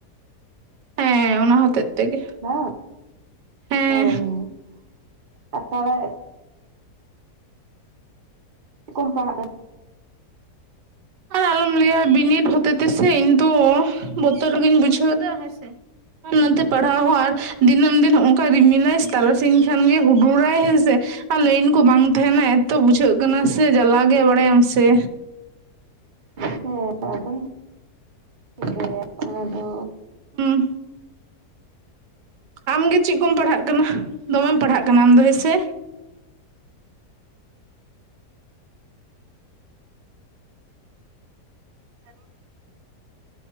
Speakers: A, on the right; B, on the right.
A: ᱦᱮᱸ ᱚᱱᱟ ᱦᱚᱛᱮᱫ ᱛᱮᱜᱮ᱾
B: ᱦᱮ, ᱦᱳᱭ,
A: ᱦᱮᱸ
B: ᱦᱳᱭ, ᱟᱨ ᱛᱟᱦᱞᱮ ᱪᱮᱫ ᱠᱚᱢ ᱯᱟᱲᱟᱜ ᱠᱟᱱᱟ?
A: ᱟᱨ ᱟᱞᱚᱢ ᱞᱟᱹᱭᱟ, ᱵᱤᱱᱤᱰ ᱦᱚᱛᱮ ᱛᱮᱥᱮ ᱤᱧ ᱫᱚ, ᱵᱚᱛᱚᱨ ᱜᱮᱤᱧ ᱵᱩᱡᱷᱟᱹᱣ ᱫᱟ ᱦᱮᱸ ᱥᱮ᱾ ᱚᱱᱟᱛᱮ ᱯᱟᱲᱦᱟᱣ ᱦᱚᱸ, ᱟᱨ ᱫᱤᱱᱟᱹᱢ ᱫᱤᱱ ᱦᱚᱸ-ᱚᱝᱠᱟᱭ, ᱨᱤᱢᱤᱞᱟᱭ ᱛᱟᱨᱟᱥᱤᱧ ᱠᱷᱟᱱ ᱜᱮ ᱦᱩᱰᱩᱨᱟᱭ ᱦᱮᱸᱥᱮ᱾ ᱟᱨ ᱞᱟᱭᱤᱱ ᱠᱚ ᱵᱟᱝ ᱛᱟᱦᱮᱸᱱᱟ, ᱮᱛᱚ ᱵᱩᱡᱷᱟᱹᱜ ᱠᱟᱱᱟ, ᱥᱮ ᱡᱟᱞᱟ ᱜᱮ ᱵᱟᱲᱟᱭᱟᱢ ᱥᱮ᱾
B: ᱦᱮᱸ ᱟᱫᱚᱢ, ᱪᱤᱠᱟᱹᱭᱟ ᱚᱱᱟ ᱫᱚ᱾
A: ᱦᱩᱸ, ᱟᱢ ᱜᱮ ᱪᱮᱫ ᱠᱚᱢ ᱯᱟᱲᱦᱟᱜ ᱠᱟᱱᱟ, ᱫᱚᱢᱮᱢ ᱯᱟᱲᱦᱟᱜ ᱠᱟᱱᱟ ᱟᱢ ᱫᱚ, ᱦᱮᱸᱥᱮ?
B: <unintelligible> <inaudible>